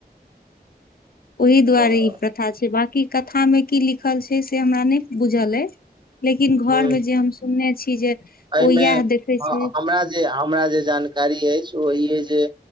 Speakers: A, on the left; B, on the right.
A: <inaudible> ओहि दुआरे
B: तऽ
A: ई प्रथा छै बकी क था में की लिखल छै से हमरा नै बुझल यऽ लेकिन घर
B: हूँ
A: में जे हम सुनने छी जे
B: एहिमे
A: ओ इहै देखे
B: ह-
A: छै
B: हमरा जे हमरा जे जानकारी ऐछ ओ ई है जे